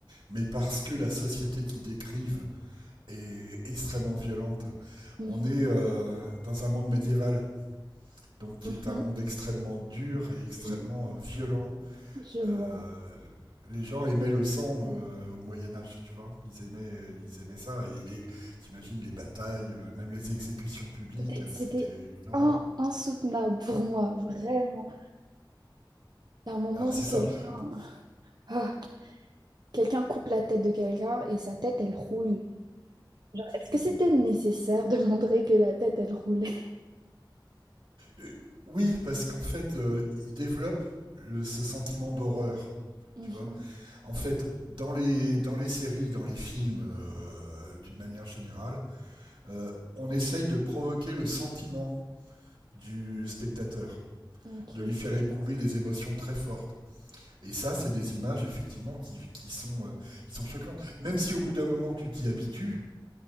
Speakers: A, on the right; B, on the right.
A: mais parce que la société qu'ils décrivent est extrêmement violente.
B: Mhm,
A: On est euh, dans un monde médiéval, donc qui
B: mhm.
A: est un monde extrêmement dur et extrêmement
B: Oui,
A: euh, violent.
B: je
A: Euh,
B: vois.
A: les gens aimaient le sang euh, au Moyen Âge, tu vois. Ils aimaient, ils aimaient ça. Et les, t'imagines les batailles, euh, même les exécutions publiques,
B: C'était,
A: euh,
B: c'était
A: c'était une horreur.
B: in- insoutenable pour moi, vraiment. Il y a un moment,
A: Alors c'est
B: quelqu'un
A: ça. Bon,
B: ah, quelqu'un coupe la tête de quelqu'un et sa tête, elle roule. Genre, est-ce
A: Oui,
B: que c'était nécessaire de montrer que la tête, elle roulait?
A: Euh, oui, parce qu'en fait, euh, ils développent le, ce sentiment d'horreur,
B: Mhm,
A: tu vois. En fait, dans les, dans les séries, dans les films, euh, d'une manière générale, euh, on essaye de provoquer le sentiment du spectateur,
B: ok.
A: de lui faire éprouver des émotions très fortes. Et ça, c'est des images effectivement qui, qui sont, euh, qui sont choquantes. Même si au bout d'un moment tu t'y habitues,